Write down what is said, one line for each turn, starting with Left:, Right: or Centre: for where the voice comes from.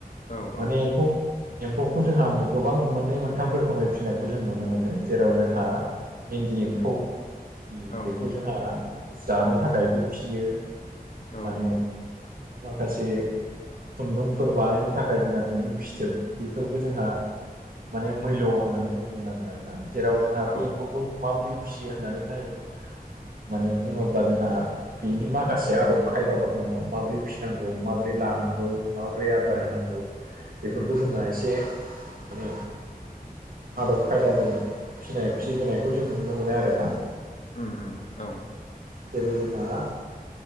Left: औ
Right: माने
Left: औ
Right: एम्फौ एम्फौखौ जोंहा गोबां मोननै मोनथाम रोखोमै फिसिनायखौ जों नुनो मोनो जेराव जोंहा इन्दि एम्फौ।
Left: उम औ
Right: बेखौ जोंहा जानो थाखायबो फियो
Left: औ
Right: माने माखासे खुन्दुंफोर बानायनो थाखाय जोंहा बिनि फिथोब बेफोरबो जोंहा माने मुल्य होननानै जों बुंनांगोन आरो ना जेराव जोंहा
Left: औ
Right: बे एम्फौखौ माबोरै फिसियो होननानै नाय माने बुङोब्ला जोंहा बेनि माखासे आदब खायदाफोर दङ माबोरै फिसि नांगौ माबोरै लानांगौ। माबोरै आदार
Left: उम
Right: होनांगौ बेफोरखौ
Left: उम उम
Right: जोंहा एसे माने आदब खायदाजों फिसिनाय फिबोनायखौ जों नुनो मोनो आरोना।
Left: ओम ओम औ
Right: जेरै जोङा